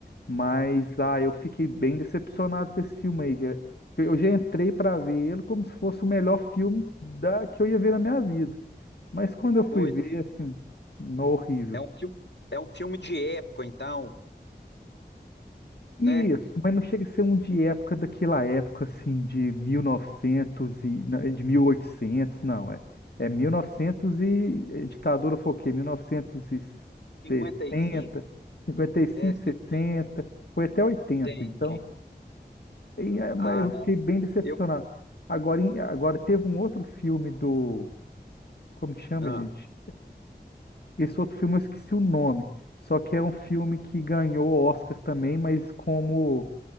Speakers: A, on the left (about 65°); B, on the left (about 80°).
A: Mas ah, eu fiquei bem decepcionado com esse filme aí. que é- Eu já entrei para ver ele como se fosse o melhor filme da, que eu ia ver na minha vida. Mas quando eu fui
B: coisa.
A: ver, assim, no horrível.
B: É um filme, é um filme de época, então,
A: Isso,
B: né?
A: mas não chega a ser um de época daquela época assim de 1900 e novecentos e na- de 1800 não, é. É 1900 e novecentos e eh, ditadura foi o quê? mil novecentos e
B: Cinquenta
A: sessenta
B: e cinco
A: cinquenta e cinco
B: É, 60.
A: sessenta foi até oitenta
B: Entendi.
A: Então, e, eh, mas
B: Ah,
A: eu
B: não.
A: fiquei bem decepcionado.
B: Eu.
A: Agora, em- agora teve um outro filme do, como que chama,
B: Ah.
A: gente? Esse outro filme eu esqueci o nome. Só que é um filme que ganhou Oscar também, mas como